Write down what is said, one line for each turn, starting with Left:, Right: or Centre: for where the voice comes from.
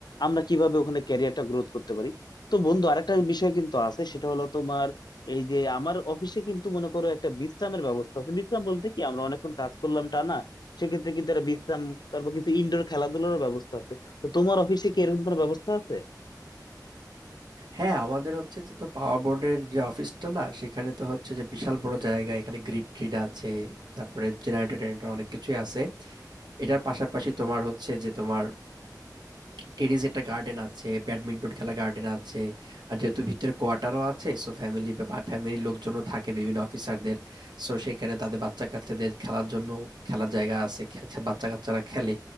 Left: আমরা কিভাবে ওখানে ক্যারিয়ারটা গ্রোথ করতে পারি তো বন্ধু আরেকটা বিষয় কিন্তু আছে সেটা হলো তোমার এই যে আমার অফিসে কিন্তু মনে করো একটা বিশ্রামের ব্যবস্থা আছে বিশ্রাম বলতে কি আমরা অনেকক্ষণ কাজ করলাম টা না সেক্ষেত্রে কিন্তু একটা বিশ্রাম তারপর কিছু ইনডোর খেলাধুলার ব্যবস্থা আছে তো তোমার অফিসে কি এরকম কোনো ব্যবস্থা আছে
Right: হ্যাঁ আমাদের হচ্ছে যে তো পাওয়ার বোর্ডের যে অফিসটা না সেখানে তো হচ্ছে যে বিশাল বড় জায়গা এখানে গ্রিড ট্রিড আছে তারপরে জেনারেটর টেনারেটর অনেক কিছুই আছে এটার পাশাপাশি তোমার হচ্ছে যে তোমার টেনিস একটা গার্ডেন আছে ব্যাডমিন্টন খেলার গার্ডেন আছে আর যেহেতু ভিতরে কোয়ার্টারও আছে সো ফ্যামিলি বা ফ্যামিলির লোকজনও থাকে বিভিন্ন অফিসারদের সো সেখানে তাদের বাচ্চা কাচ্চাদের খেলার জন্য খেলার জায়গা আছে খেলছে বাচ্চা কাচ্চারা খেলে